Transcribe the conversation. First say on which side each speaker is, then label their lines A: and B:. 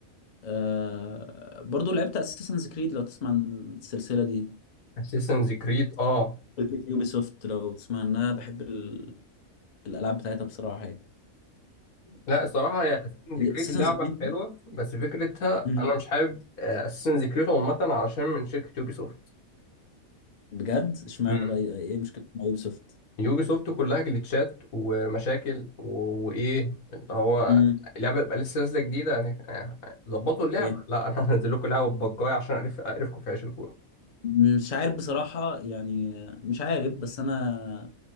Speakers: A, on the left; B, on the left.
A: آه برضو لعبت اساسنز كريد لو تسمع عن السلسله دي
B: اساسنز كريد اه
A: شركه يوبي سوفت لو تسمع عنها بحب ال... الالعاب بتاعتها بصراحه يعني
B: لا الصراحة هي اساسن كريد
A: اساسنز
B: لعبة
A: كريد
B: حلوة بس فكرتها
A: <laughs>
B: أنا مش حابب اساسن كريد عامة علشان من شركة يوبي سوفت
A: بجد اشمعنى
B: مم.
A: بقى ايه مشكله مع يوبي سوفت
B: يوبي سوفت كلها جليتشات ومشاكل و- وإيه اللي هو
A: مم.
B: اللعبة تبقى لسه نازلة جديدة يعني يعني ظبطوا اللعبة
A: إيه؟
B: لا أنا <laughs> هنزل لكم لعبة بجاية عشان أعرف أعرفكم في عيشتكم
A: مش عارف بصراحه يعني مش عارف بس انا